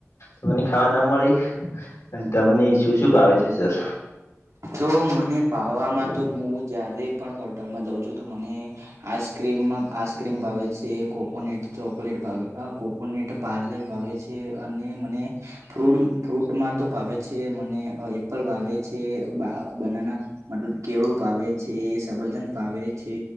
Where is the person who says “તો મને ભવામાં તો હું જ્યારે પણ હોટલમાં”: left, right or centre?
Right